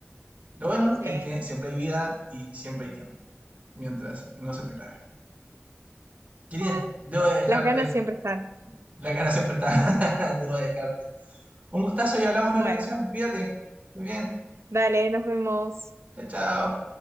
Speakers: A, on the right (about 35°); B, on the right (about 85°).
A: Lo bueno
B: Sí.
A: es que siempre hay vida y siempre hay tiempo. Mientras no se te acabe. Querida,
B: <laughs>
A: debo de dejarte.
B: Las ganas siempre están.
A: La cara siempre está. <laughs> Debo de dejarte. Un gustazo y hablamos en
B: Bueno,
A: otra ocasión. Cuídate. Estés bien.
B: dale, nos vemos.
A: Chao, chao.